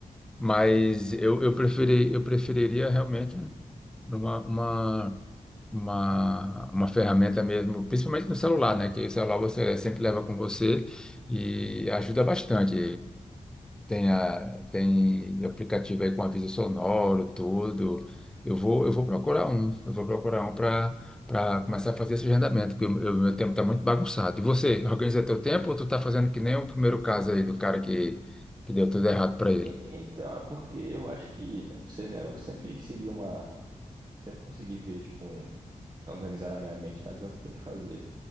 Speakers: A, in the centre; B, on the right (about 30°).
A: Mas eu, eu preferi, eu preferiria realmente uma, uma uma, uma ferramenta mesmo, principalmente no celular, né? Que o celular você sempre leva com você e ajuda bastante. Tem, a, tem aplicativo aí com aviso sonoro, tudo. Eu vou, eu vou procurar um, eu vou procurar um para para começar a fazer esse agendamento, porque o meu meu tempo está muito bagunçado. E você, organiza teu tempo ou tu tá fazendo que nem o primeiro caso aí do cara que, que deu tudo errado para ele?
B: E- Então, é porque eu acho que, eu não sei, né? Eu sempre segui uma, sempre consegui ver, tipo, um organizar na minha mente mais ou menos o que tem que fazer.